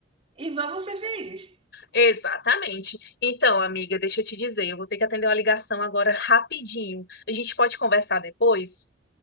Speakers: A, on the right (about 30°); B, on the left (about 60°).
A: e vamos ser felizes.
B: Exatamente. Então, amiga, deixa eu te dizer, eu vou ter que atender uma ligação agora rapidinho. A gente pode conversar depois?